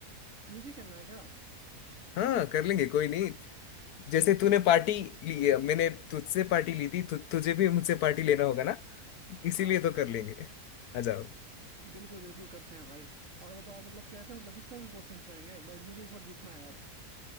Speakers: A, on the right (about 50°); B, on the left (about 75°).
A: क्विज खेलना है क्या
B: हाँ कर लेंगे कोई नहीं जैसे तूने पार्टी ली है, मैंने तुझसे पार्टी ली थी तु, तुझे भी मुझसे पार्टी लेना होगा ना इसीलिए
A: हाँ
B: तो कर लेंगे आ जाओ
A: बिल्कुल बिल्कुल करते हैं भाई और बताओ मतलब कैसे मतलब किस तरह के क्वेश्चंस रहेंगे मैं मुझे इस बार जीतना है यार